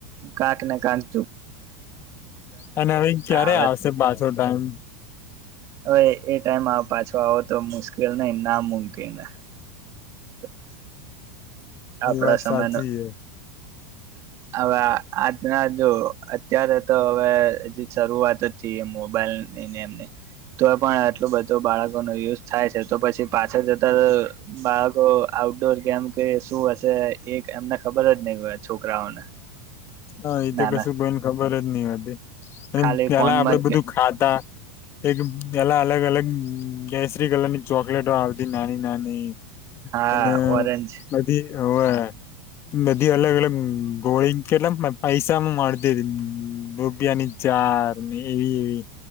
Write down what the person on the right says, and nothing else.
કાક ને કાક જો
હવે
હવે એ ટાઈમ પાછો આવો તો મુશ્કેલ નહી ના મૂકીને <inaudible> આપડા
સમય
ન
હવે આજના જો અત્યારે તો હવે હજી શરૂઆત થ એ મોબાઈલનીમ તો પણ આટલું બધું બાળકો ન યુઝ થાય છે તો પછી પાછા જતા બાળકો આઉટડોર ગેમ કે શું હશે એક એમને ખબર જ નહી છોકરાઓને
નાના
ખાલી
ફોનમાં
જ
હા
ઓરેનજ